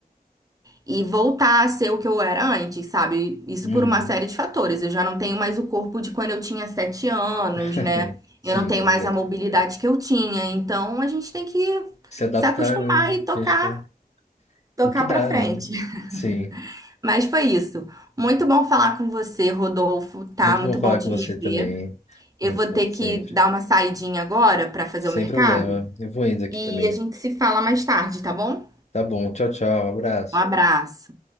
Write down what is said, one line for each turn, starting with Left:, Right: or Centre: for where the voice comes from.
Right: e voltar a ser o que eu era antes, sabe? Isso
Left: Uhum.
Right: por uma série de fatores. Eu já não tenho mais o corpo de quando eu tinha sete anos,
Left: <laughs>
Right: né?
Left: Sim,
Right: Eu não tenho
Left: é verdade.
Right: mais a mobilidade que eu tinha. Então a gente tem que
Left: Se adaptar,
Right: se acostumar
Left: né?
Right: e tocar,
Left: A gente vai...
Right: tocar
Left: O que dá,
Right: para frente.
Left: né?
Right: <laughs>
Left: Sim.
Right: Mas foi isso. Muito bom falar com você, Rodolfo, tá?
Left: Muito
Right: Muito
Left: bom falar
Right: bom te
Left: com você
Right: rever.
Left: também.
Right: Eu
Left: Muito
Right: vou ter
Left: bom,
Right: que
Left: sempre.
Right: dar uma saidinha agora para fazer
Left: Sem
Right: o mercado
Left: problema. Eu vou indo aqui
Right: e
Left: também.
Right: a gente se fala mais tarde, tá bom?
Left: Tá bom, tchau, tchau, abraço.
Right: Um abraço.